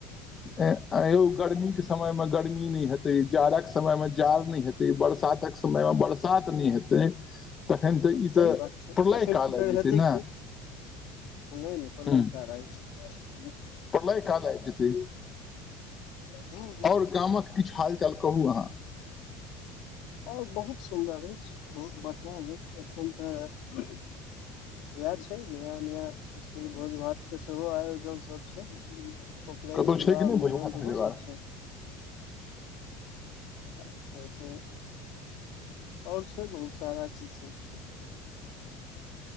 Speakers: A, on the left (about 25°); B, on the left (about 65°).
A: अ यौ गर्मी के समय मे गर्मी नहि हेतै जाड़क समय में जाड़ नहि हेतै बरसातक समय में बरसात नहि हेतै तखन तऽ ई
B: सही
A: तऽ
B: बात छै
A: प्रलय
B: तखन
A: काल
B: फेर
A: आबि
B: हेतै
A: जेतै ने
B: की नहि नहि प्रलय
A: ह
B: काल आबि
A: प्रलय काल आबि जेतै
B: हूं हूं
A: आओर गामक किछु हाल चाल कहू अहाँ
B: आओर बहुत सुन्दर अछि बहुत बढ़िआँ अछि एखन तऽ उएह छै नया नया किछ किछ भोज भातके सेहो आयोजन सब छै उपनयन
A: कतहु
B: विवाह
A: छै कि नहि
B: मुड़न
A: भोज भातक
B: तहो
A: जोगाड़
B: सब छै आ संग संग और छै बहुत सारा चीज सब छै